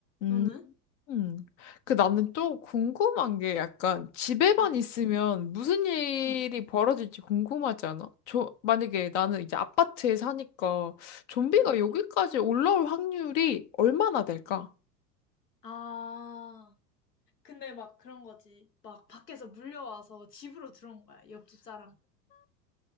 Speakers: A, on the left; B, on the left.
A: 너는?
B: 음, 음. 그 나는 또 궁금한 게 약간 집에만
A: 응,
B: 있으면 무슨 일이
A: 응,
B: 벌어질지 궁금하지 않아? 저, 만약에 나는 이제 아파트에 사니까 좀비가
A: 어.
B: 여기까지 올라올 확률이 얼마나 될까?
A: 아. 근데 막 그런 거지. 막 밖에서 물려와서 집으로 들어온 거야, 옆집 사람.